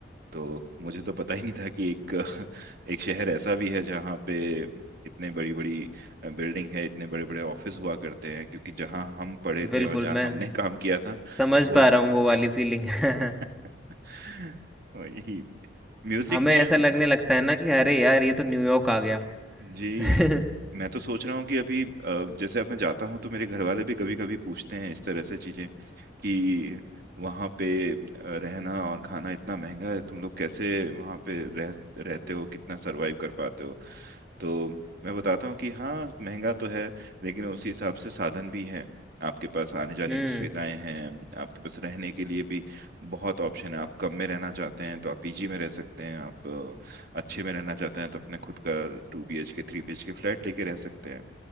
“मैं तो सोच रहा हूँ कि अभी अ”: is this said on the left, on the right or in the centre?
Right